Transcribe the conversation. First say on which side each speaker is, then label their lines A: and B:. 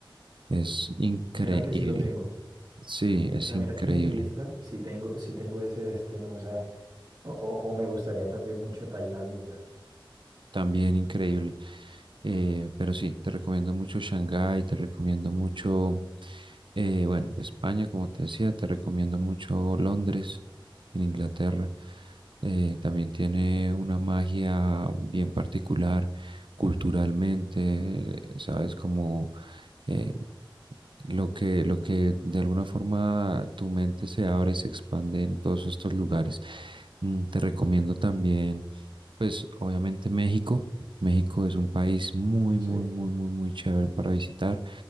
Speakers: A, on the right (about 65°); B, on the right (about 45°).
A: Es increíble.
B: Mira que sí lo tengo.
A: Sí, es
B: O sea,
A: increíble.
B: mira que en mi lista sí tengo, sí tengo ese destino. O sea, o, o- o me gustaría también mucho Tailandia.
A: También increíble. Eh, pero sí, te recomiendo mucho Shanghái, te recomiendo mucho, eh, bueno, España, como te decía, te recomiendo mucho Londres, en Inglaterra. Eh, también tiene una magia bien particular culturalmente, eh, sabes, como eh, lo que, lo que de alguna forma tu mente se abre y se expande en todos estos lugares. Mm, Te recomiendo también, pues obviamente México. México es un país muy,
B: Sí,
A: muy, muy, muy, muy chévere para visitar.